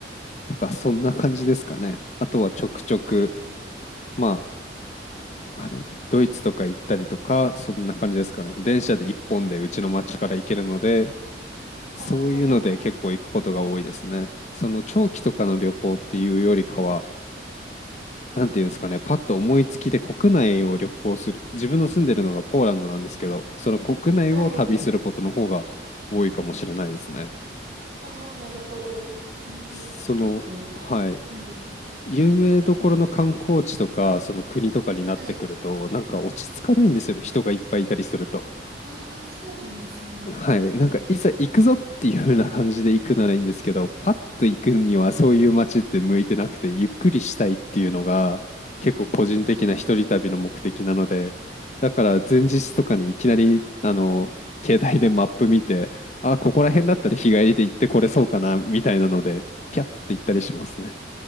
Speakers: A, on the left; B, on the right.
A: とか、そんな感じですかね。あとはちょくちょく、
B: はいはい。
A: まあ、あれ、ドイツとか行ったりとか、そんな感じですかね。
B: うんうん。
A: 電車で一本でうちの町から行けるので、そういうので結構行くことが多いですね。
B: ああ、
A: その長期とかの旅行っていうよりかは、
B: うん。
A: なんていうんですかね、パッと思いつきで国内を旅行する、自分の住んでるのがポーランドなんですけど、その国内を旅することの方が多いかもしれないですね。
B: はい。ああ、なるほど。うん。
A: その、
B: なんか、うん
A: はい、
B: うん。
A: 有名どころの観光地とか、その国とかになってくると、
B: はい。
A: なんか落ち着かないんですよね、人がいっぱいいたりすると。
B: ああ、そうなんですね。
A: はい、
B: うんうん。
A: なんかいざ行くぞっていう風な感じで行くならいいんですけど、パッと行くにはそういう街って向いてなくて、
B: うんうん。
A: ゆっくりしたいっていうのが結構個人的な一人旅の目的なので、
B: ああ、
A: だから前日とかにいきなりあの携帯でマップ見て、
B: うん。
A: あ、ここら辺だったら日帰りで行ってこれそうかなみたいなので、ピャッて行ったりしますね。